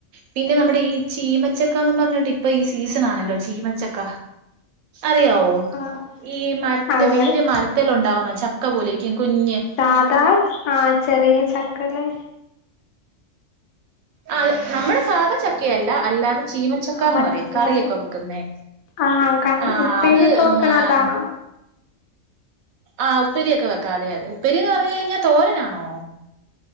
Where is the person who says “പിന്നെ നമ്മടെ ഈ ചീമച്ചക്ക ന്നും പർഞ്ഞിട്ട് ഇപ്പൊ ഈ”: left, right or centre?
Right